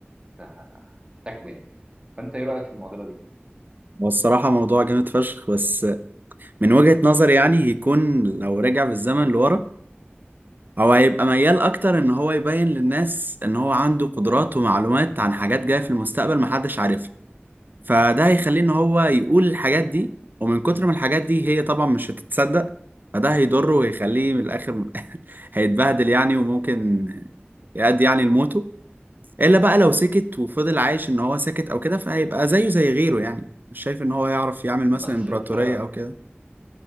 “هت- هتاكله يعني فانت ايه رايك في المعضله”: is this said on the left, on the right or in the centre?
Right